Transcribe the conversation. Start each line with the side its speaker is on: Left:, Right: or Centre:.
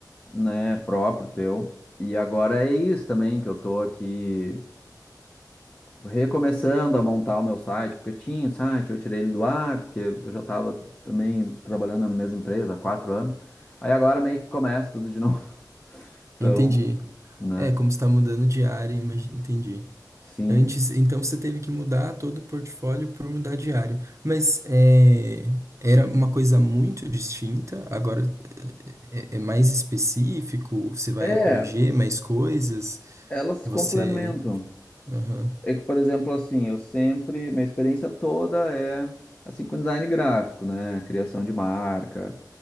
Left: né, próprio teu. E agora é isso também que eu tô aqui recomeçando a montar o meu site, porque eu tinha o site, eu tirei ele do ar, porque eu já estava também trabalhando na mesma empresa há quatro anos. Aí agora meio que começa tudo de novo. <laughs> Então,
Right: Entendi.
Left: né?
Right: É, como está mudando de área, imagi- entendi.
Left: Sim.
Right: Antes, então você teve que mudar todo o portfólio por mudar de área. Mas é, era uma coisa muito distinta, agora é, é- é mais específico, você vai
Left: É,
Right: abranger mais coisas,
Left: elas se
Right: você.
Left: complementam.
Right: Aham.
Left: É que, por exemplo, assim, eu sempre, minha experiência toda é assim com design gráfico, né? Criação de marca,